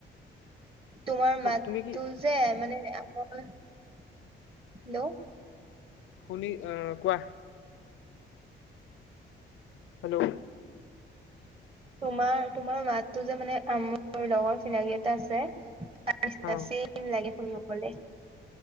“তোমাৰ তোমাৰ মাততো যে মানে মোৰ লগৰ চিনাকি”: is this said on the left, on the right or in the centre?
Right